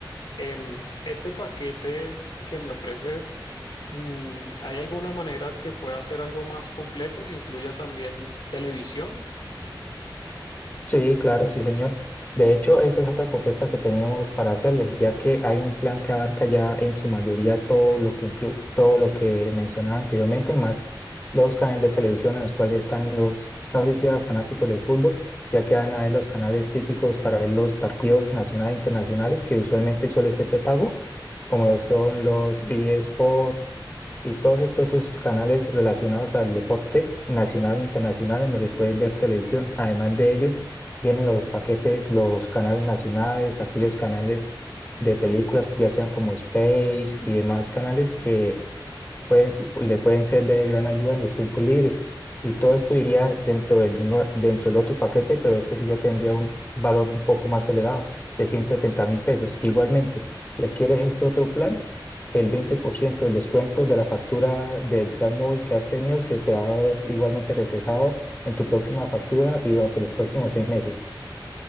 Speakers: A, on the left (about 80°); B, on the left (about 25°).
A: Em, este paquete que me ofreces, mm, ¿hay alguna manera que pueda hacer algo más completo que incluya también televisión?
B: Sí, claro, sí, señor. De hecho, esa es otra propuesta que teníamos para hacerles, ya que hay un plan que abarca ya en su mayoría todo lo que inclu- todo lo que mencionaba anteriormente, más los canales de televisión en los cuales están los, no sé si sean fanáticos del fútbol, ya que van a ver los canales típicos para ver los partidos nacionales e internacionales, que usualmente suele ser de pago, como lo son los eSports y todos estos otros canales relacionados al deporte nacional e internacional en donde puedes ver televisión. Además de ello, vienen los paquetes, los canales nacionales, aquellos canales de películas, ya sean como Space y demás canales que pueden, se- le pueden ser de gran ayuda en los tiempos libres. Y todo esto iría dentro del, nue- dentro del otro paquete, pero este sí ya tendría un valor un poco más elevado, de ciento setenta mil pesos. Igualmente, si adquieres este otro plan, el 20% del descuento de la factura del plan móvil que has tenido se te va a ver igualmente reflejado en tu próxima factura y durante los próximos seis meses.